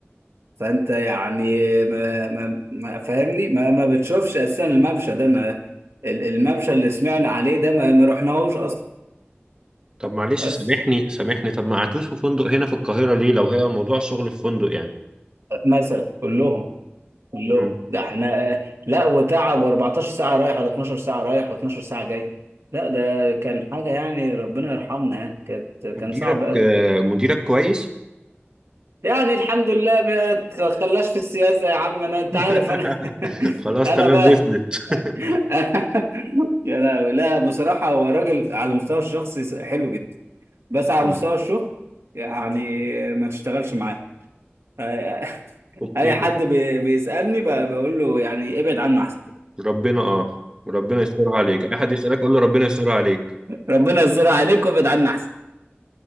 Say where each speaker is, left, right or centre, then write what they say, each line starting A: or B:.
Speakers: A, on the right; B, on the right.
A: فانت يعني ما ما ما فاهمني ما ما بتشوفش اساسا الممشى ده ما ال- الممشى اللي سمعنا عليه ده ما ما رحناهوش اصلا
B: طب معلش
A: بس
B: سامحني سامحني طب ما قعدتوش في فندق هنا في القاهرة ليه لو هي موضوع شغل في فندق يعني
A: مثلا كلهم الله
B: مم.
A: ده احنا آه، لا وتعب و14 ساعة رايح ولا 12 ساعة رايح و12 ساعة جاي لا ده كان حاجة يعني ربنا يرحمنا يعني كانت كان
B: مديرك
A: صعب قوي
B: آه، مديرك كويس
A: يعني الحمد لله ما تخلاش في السياسة يا عم انا انت
B: <laughs>
A: عارف انا <laughs>
B: خلاص
A: انا
B: تمام
A: بقى
B: وصلت <laughs>
A: <laughs> يا لهوي لا بصراحة هو راجل على المستوى الشخصي حلو جدا بس على
B: مم.
A: مستوى الشغل يعني ما تشتغلش معاه <laughs>
B: اوكي
A: اي حد بي- بيسألني ب- بقول له يعني ابعد عنه احسن
B: ربنا اه ربنا يسترها عليك اي حد يسألك قول له ربنا يسترها عليك
A: ربنا يستر عليك وابعد عنا احسن